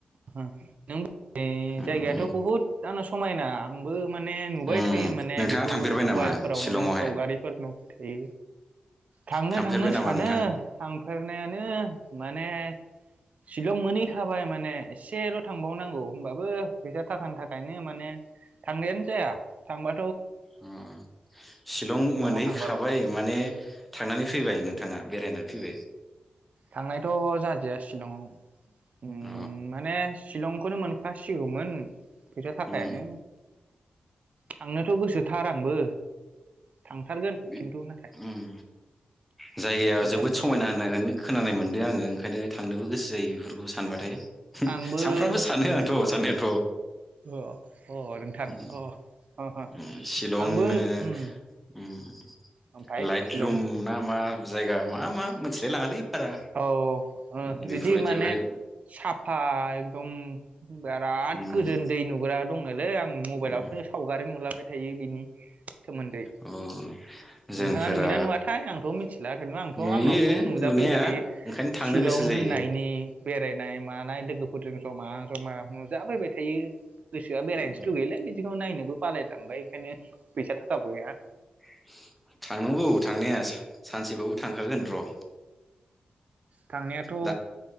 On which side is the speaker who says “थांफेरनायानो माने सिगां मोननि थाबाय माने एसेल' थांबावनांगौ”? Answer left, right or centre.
Right